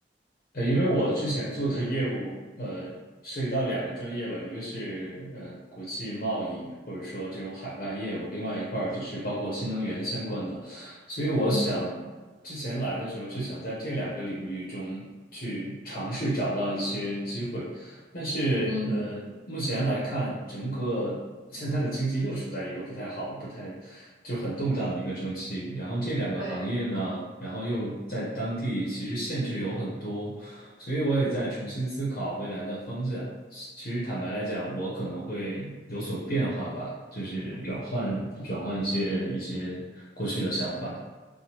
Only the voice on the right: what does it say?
嗯
嗯。
对，